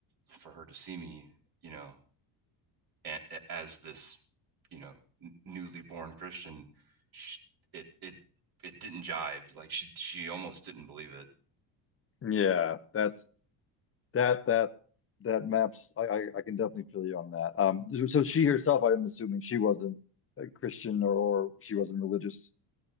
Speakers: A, on the right (about 45°); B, on the left (about 25°).
A: for her to see me you know a, a- as this you know n- newly born christian sh it it it didn't jive like she she almost didn't believe it
B: yeah that's that that that maps i i, I can definitely feel you on that um so she herself i'm assuming she wasn't a christian or, or she wasn't religious